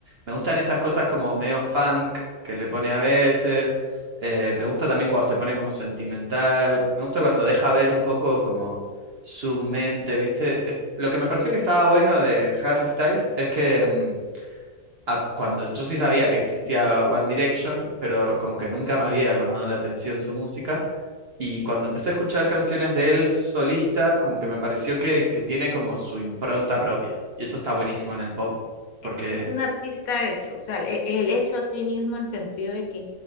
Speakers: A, on the right; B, on the left.
A: Me gustan esas cosas como medio funk que le pone a veces. eh, me gusta también cuando se pone como sentimental. Me gusta cuando deja ver un poco como su mente, ¿viste? Es- lo que me pareció que estaba bueno de Harry Styles es que mm, a- cuando yo sí sabía que existía One Direction, pero como que nunca me había llamado la atención su música. Y cuando empecé a escuchar canciones de él solista, como que me pareció que, que tiene como su impronta propia. Y eso está buenísimo en el pop, porque
B: e- es un artista hecho, o sea, el, el hecho a sí mismo en sentido de que